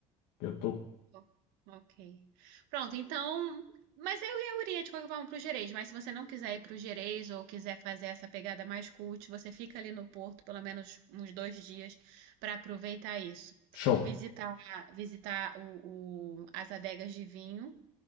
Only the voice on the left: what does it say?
Eu tô
show.